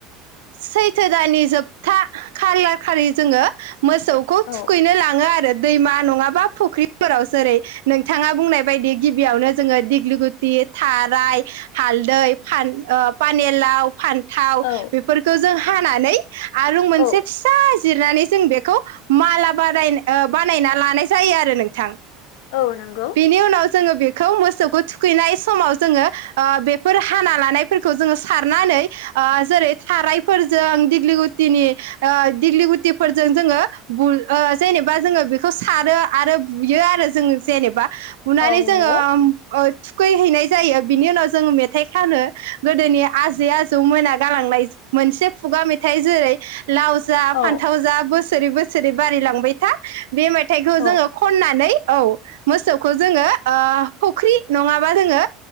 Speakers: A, on the right; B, on the left.
A: सैथो दानि जोबथा खालार खालि जोङो मोसौखौ
B: औ
A: थुखैनो लाङो आरो दैमा नङाबा फुख्रिफोराव जेरै नोंथाङा बुंनाय बायदि गिबियावनो जोङो दिग्लिगुथि, थाराय, हालदै, पानि लाव, फान थाव
B: औ
A: बेफोरखौ जों हानानै आरुं मोनसे
B: औ
A: फिसा जिरनानै जों बेखौ माला बानाय बानायना लानाय जायो आरो नोंथां।
B: औ नंगौ
A: बेनि उनाव जोङो बेखौ मोसौखौ थुखैनाय समाव जोङो ओ बेफोर हाना लानायफोरखौ जोङो सारनानै जेरै ओ थारायफोरजों दिग्लिगुथिनि दिग्लि गुटिफोरजों जोङो जेनेबा जोङो बेखौ सारो आरो बुयो आरो जों जेनेबा बुनानै
B: औ नंगौ
A: जोङो ओ थुखै हैैनाय जायो। बिनि उनाव जोङो मेथाइ खानो गोदोनि आजै आजौ मोना गालांनाय मोनसे खुगा मेथाइ जेरै लाव जा
B: औ
A: फान्थाव जा बोसोरै बोसोरै बारायलांबाय था बे मेथाइखौ
B: औ
A: जोङो खननानै औ मोसौखौ जोङो ओ फुख्रि नङाबा जोङो